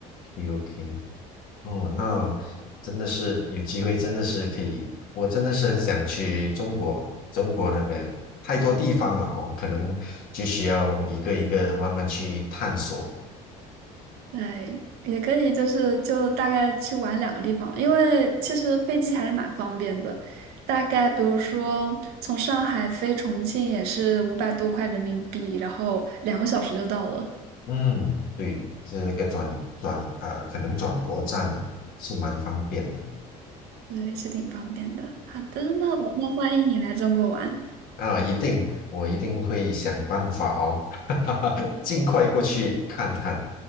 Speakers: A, on the left; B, on the right.
A: ，OK OK，哦，那真的是有机会，真的是可以，我真的是很想去中国，中国那边太多地方了哦，可能就需要一个一个慢慢去探索。
B: 对，也可以，就是就大概去玩两个地方，因为其实飞机还是蛮方便的，大概比如说从上海飞重庆也是五百多块人民币，然后两个小时就到了，
A: 嗯，对，这个转转啊、呃可能转播站呢是蛮方便的。
B: 对，是挺方便的。好的，那我那欢迎你来中国玩，
A: 啊，一定，我一定会想办法哦，<laughs> 尽快过去看看。